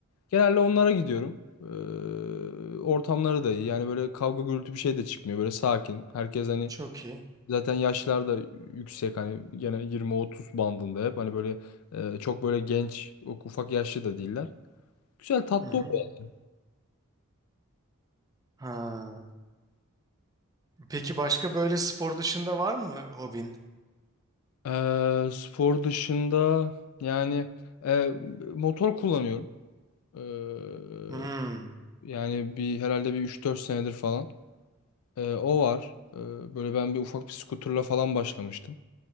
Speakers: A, on the left; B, on the right.
A: Genelde onlara gidiyorum. Ee, ortamları da iyi. Yani böyle kavga gürültü bir şey de çıkmıyor. Böyle sakin. Herkes hani
B: Çok iyi.
A: zaten yaşlar da yüksek. Hani gene 20-30 bandında hep. Hani böyle e, çok böyle genç, ufak yaşlı da değiller. Güzel tatlı
B: Hı hı.
A: oluyor.
B: Ha. Peki başka böyle spor dışında var mı hobin?
A: Eee, spor dışında yani eee, motor kullanıyorum. Eee,
B: Hmm.
A: yani bir herhalde bir üç dört senedir falan. Eee, o var. Eee, böyle ben bir ufak bir skuterla falan başlamıştım.